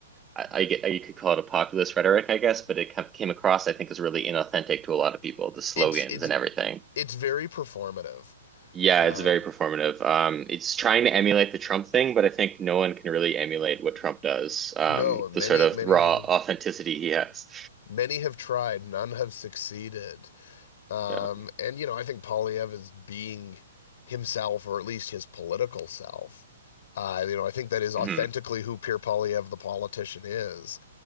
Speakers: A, on the right; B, on the left.
A: I, I get, you could call it a populist rhetoric, I guess, but it came across, I think, as really inauthentic to a lot of people, the slogans
B: It's it's
A: and everything.
B: it's very performative.
A: Yeah,
B: Um,
A: it's very performative. Um, it's trying to emulate the Trump thing, but I think no one can really emulate what Trump does, um,
B: no, many
A: the sort of
B: many
A: raw
B: have
A: authenticity he has.
B: many have tried, none have succeeded. Um,
A: Yeah.
B: and you know, I think Polyev is being himself, or at least his political self. Uh, you know, I think that is authentically
A: hmm
B: who Pierre Polyev, the politician, is.